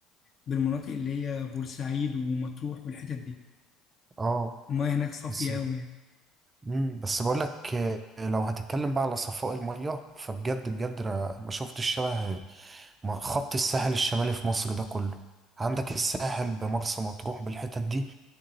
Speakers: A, on the left; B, on the right.
A: بالمناطق اللي هي بورسعيد ومطروح والحتت دي
B: اه
A: المياه هناك صافية
B: بس
A: قوي يعني.
B: امم بس بقول لك آه، لو هتتكلم بقى على صفاء المية فبجد بجد انا ما شفتش الشبه مع خط الساحل الشمالي في مصر ده كله عندك الساحل بمرسى مطروح بالحتت دي